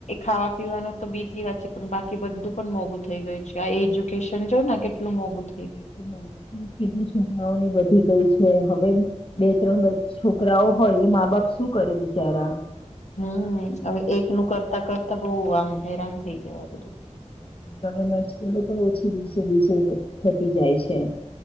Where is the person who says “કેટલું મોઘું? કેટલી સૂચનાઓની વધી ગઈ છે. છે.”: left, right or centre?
Left